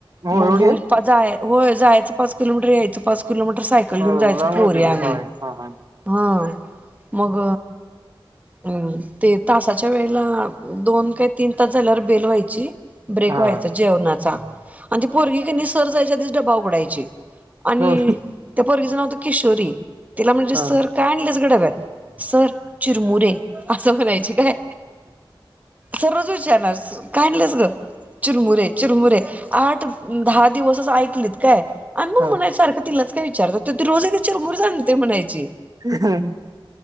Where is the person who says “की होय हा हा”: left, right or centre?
Right